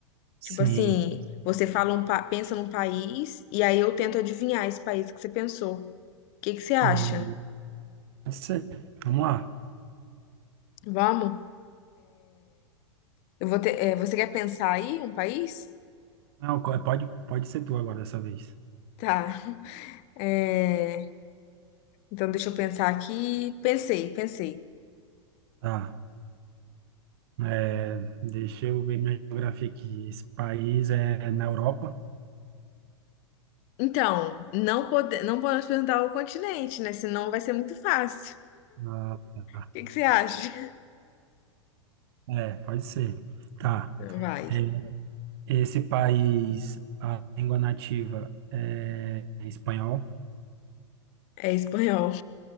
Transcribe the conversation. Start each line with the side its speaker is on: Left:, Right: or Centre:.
Right: Sim.
Left: Tipo assim, você fala um pa- pensa num país e aí eu tento adivinhar esse país que você pensou. O que que você acha?
Right: Hum, não sei. Vamos lá.
Left: Vamos? Eu vou ter, é, você quer pensar aí um país?
Right: Não, co- pode, pode ser tu agora dessa vez.
Left: Tá. É, então deixa eu pensar aqui. Pensei, pensei.
Right: Tá. É, deixa eu ver minha geografia aqui. Esse país é na Europa?
Left: Então, não pode, não podemos perguntar o continente, né? Senão vai ser muito fácil.
Right: Ah, tá.
Left: O que que você acha?
Right: é, pode ser. Tá.
Left: Então Vai.
Right: É, esse país, a língua nativa é espanhol?
Left: É espanhol.